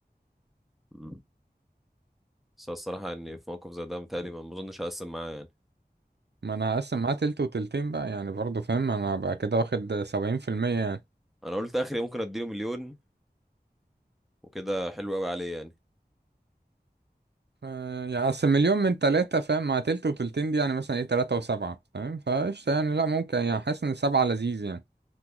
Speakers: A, in the centre; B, on the right.
A: مم. بس أنا الصراحه اني في موقف زي ده متهيألي ما ما اظنش هقسم معاه يعني
B: ما انا هقسم معاه تلت وتلتين بقى يعني برضه فاهم انا هبقى كده واخد سبعين في المية يعني
A: انا قلت اخري ممكن اديله مليون وكده حلو قوي عليه يعني
B: آه، يعني أصل مليون من تلاتة فاهم مع تلت وتلتين دي يعني مثلا ايه تلاتة وسبعة فاهم فقشطة يعني لأ ممكن يعني حاسس إن سبعة لذيذ يعني